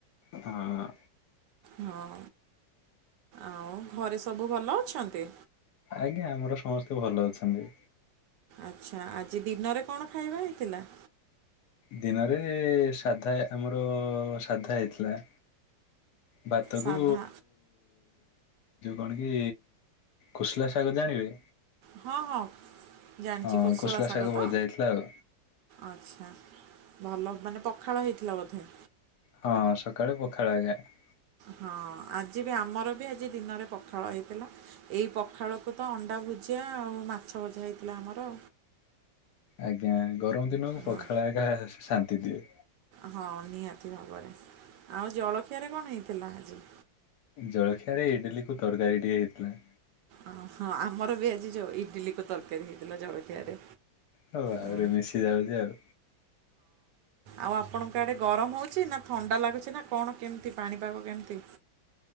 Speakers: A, on the left; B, on the right.
A: ହଁ ହଁ।
B: ହଁ ଆଉ ଘରେ ସବୁ ଭଲ ଅଛନ୍ତି?
A: ଆଜ୍ଞା ଆମର ସମସ୍ତେ ଭଲ ଅଛନ୍ତି।
B: ଆଚ୍ଛା ଆଜି ଦିନରେ କଣ ଖାଇବା ହେଇଥିଲା?
A: ଦିନରେ ସାଧା, ଆମର ସାଧା ହେଇଥିଲା। ଭାତକୁ
B: ସାଧା
A: କଣ କି, କୋଶଲା ଶାଗ ଜାଣିବେ
B: ହଁ ହଁ ଜାଣିଚି
A: ହଁ
B: କୋଶଳା
A: କୋଶଲା
B: ଶାଗ
A: ଭଜା
B: ତ?
A: ହେଇଥିଲା ଆଉ।
B: ଆଚ୍ଛା ଭଲ ମାନେ ପଖାଳ ହେଇଥିଲା ବୋଧେ।
A: ହଁ ସକାଳେ ପଖାଳ ହେଇଥିଲା।
B: ହଁ ଆଜି ବି ଆମର ବି ଆଜି ଦିନରେ ପଖାଳ ହେଇଥିଲା। ଏଇ ପଖାଳକୁ ତ ଅଣ୍ଡା ଭୁଜିଆ ଆଉ ମାଛ ଭଜା ହେଇଥିଲା ଆମର।
A: ଆଜ୍ଞା ଗରମ ଦିନକୁ ପଖାଳ
B: ହଁ।
A: ଆଗ ଶାନ୍ତି ଦିଏ।
B: ହଁ ନିହାତି ଭାବରେ ଆଉ ଜଳଖିଆରେ କଣ ହେଇଥିଲା ଆଜି?
A: ଜଳଖିଆ ରେ ଇଡିଲି କୁ ତରକାରୀ ଟିକେ ହେଇଥିଲା।
B: ଓ ହଁ ଆମର ବି ଆଜି ଯୋଉ ଇଡିଲି ତରକାରୀ ହେଇଥିଲା ଜଳଖିଆରେ
A: ହଉ ଆହୁରି
B: ହଁ।
A: ମିଶି ଯାଉଛି ଆଉ।
B: ଆଉ ଆପଣଙ୍କ ଆଡେ ଗରମ ହଉଛି ନା ଥଣ୍ଡା ଲାଗୁଛି ନା କଣ କେମିତି ପାଣିପାଗ କେମିତି?